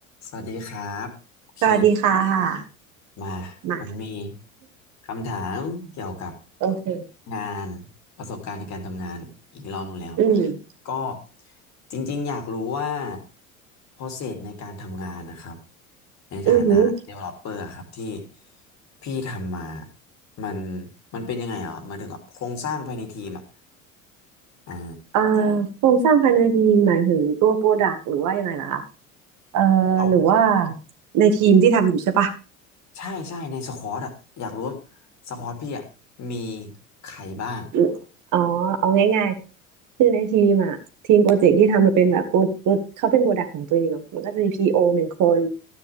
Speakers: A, on the left (about 40°); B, on the right (about 45°).
A: สวัสดีครับโอเค
B: สวัสดีค่ะ
A: มาผมมี
B: มา <laughs>
A: คำถามเกี่ยวกับ
B: โอเค
A: งานประสบการณ์ในการทำงานอีกรอบหนึงแล้ว
B: อืม
A: ก็จริงๆอยากรู้ว่า process ในการทำงานนะครับในฐานะ
B: อือหือ
A: developer อะครับที่พี่ทำมามันมันเป็นยังไงเหรอหมายถึงว่าโครงสร้างภายในทีมอ่ะอ่า
B: เอ่อโครงสร้างภายในทีมหมายถึงตัวโปรดักต์หรือว่ายังไงล่ะคะเอ่อหรือว่า
A: เอา
B: ในทีมที่ทำอยู่ใช่ปะ
A: ใช่ใช่ในสควอตอ่ะอยากรู้ว่าสควอตพี่อ่ะมีใครบ้าง
B: อมอ๋อเอาง่ายๆคือในทีมอะทีมโปรเจกต์ที่ทำมันเป็นแบบโปรโปรเขาเป็นโปรดักต์ของตัวเองเนาะมันก็จะมีพีโอหนึ่งคน